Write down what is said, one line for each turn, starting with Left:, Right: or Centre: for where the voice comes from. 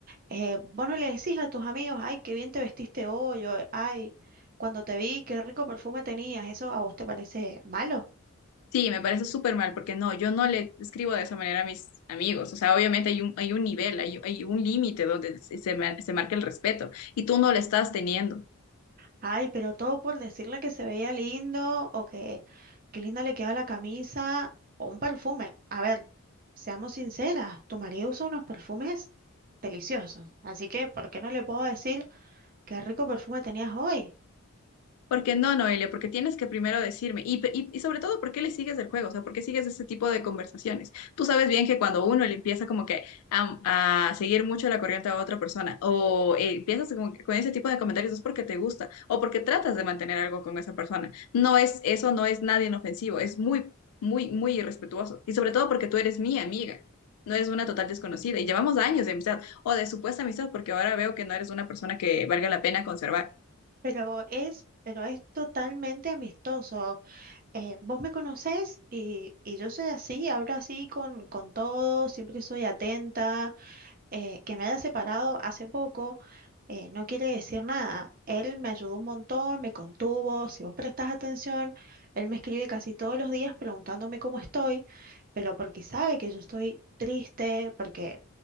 Right: Eh, vos no le decís a tus amigos, ay, qué bien te vestiste hoy, o, ay, cuando te vi, qué rico perfume tenías, ¿eso a vos te parece malo?
Left: Sí, me parece súper mal, porque no, yo no le escribo de esa manera a mis amigos. O sea, obviamente hay un, hay un nivel, hay, hay un límite donde se, se mar- se marca el respeto y tú no lo estás teniendo.
Right: Ay, pero todo por decirle que se veía lindo o que qué linda le queda la camisa o un perfume. A ver, seamos sinceras, tu marido usa unos perfumes deliciosos, así que ¿por qué no le puedo decir qué rico perfume tenías hoy?
Left: Porque no, Noelia, porque tienes que primero decirme, y, y, y sobre todo, ¿por qué le sigues el juego? O sea, ¿por qué sigues ese tipo de conversaciones? Tú sabes bien que cuando uno le empieza como que a, a seguir mucho la corriente a otra persona, o eh, empiezas como que con ese tipo de comentarios, es porque te gusta, o porque tratas de mantener algo con esa persona. No es, eso no es nada inofensivo, es muy, muy, muy irrespetuoso. Y sobre todo porque tú eres mi amiga, no eres una total desconocida, y llevamos años de amistad, o de supuesta amistad, porque ahora veo que no eres una persona que valga la pena conservar.
Right: Pero es, pero es totalmente amistoso. Eh, vos me conocés y, y yo soy así, hablo así con, con todos, siempre soy atenta. eh, que me haya separado hace poco eh, no quiere decir nada. Él me ayudó un montón, me contuvo. Si vos prestás atención, él me escribe casi todos los días preguntándome cómo estoy, pero porque sabe que yo estoy triste, porque